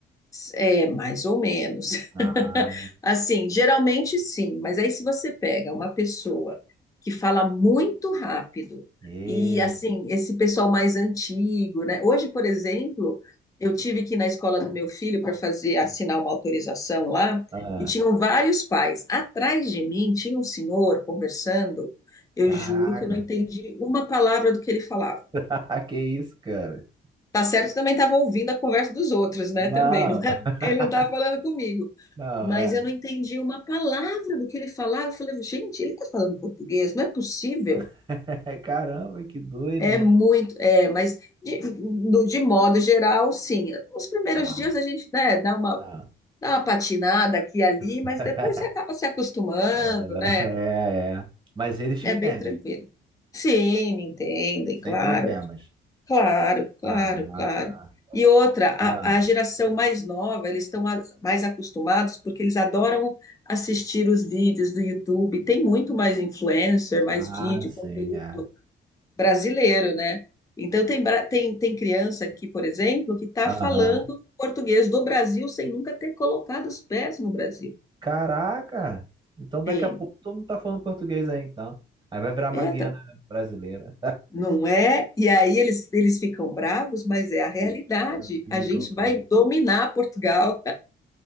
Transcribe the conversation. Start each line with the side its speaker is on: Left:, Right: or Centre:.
Left: É, mais ou menos.
Right: Ah,
Left: <laughs> Assim, geralmente sim, mas aí se você pega uma pessoa que fala muito rápido
Right: e,
Left: e assim, esse pessoal mais antigo, né? Hoje, por exemplo, eu tive que ir na escola do meu filho para fazer assinar uma autorização lá
Right: ah,
Left: e tinham vários pais. Atrás de mim tinha um senhor conversando. Eu
Right: caraca.
Left: juro que eu não entendi uma palavra do que ele falava.
Right: <laughs> Que isso, cara?
Left: Tá certo que também estava ouvindo a conversa dos outros, né?
Right: Não.
Left: Também, não era-
Right: <laughs>
Left: ele não estava falando comigo
Right: Não,
Left: mas
Right: é.
Left: eu não entendi uma palavra do que ele falava. Eu falei, gente, ele está falando português, não é possível.
Right: <laughs> Caramba, que doido,
Left: É
Right: hein?
Left: muito, é, mas de, no- de modo geral, sim. Os primeiros
Right: Ah,
Left: dias a gente, né, dá uma,
Right: não.
Left: dá uma patinada aqui e ali,
Right: <laughs>
Left: mas depois você acaba se acostumando,
Right: É,
Left: né?
Right: é. é. Mas eles te
Left: É
Right: entendem,
Left: bem tranquilo. Sim, me entendem,
Right: sem
Left: claro.
Right: problemas.
Left: Claro, claro,
Right: Ah,
Left: claro.
Right: tá.
Left: E outra, a,
Right: Ah,
Left: a geração mais nova, eles estão as- mais acostumados porque eles adoram assistir os vídeos do YouTube. Tem muito mais influencer, mais
Right: ah,
Left: vídeo,
Right: sim,
Left: conteúdo
Right: é.
Left: brasileiro, né? Então, tem, bra- tem, tem criança aqui, por exemplo, que está
Right: Aham.
Left: falando português do Brasil sem nunca ter colocado os pés no Brasil.
Right: Caraca! Então daqui
Left: Tem.
Right: a pouco todo mundo tá falando português aí, então. Aí vai virar uma
Left: É,
Right: Guiana
Left: tá-
Right: brasileira.
Left: não é? E aí eles, eles ficam bravos, mas é a realidade.
Right: E- é, Fica,
Left: A gente
Right: fica.
Left: vai dominar Portugal.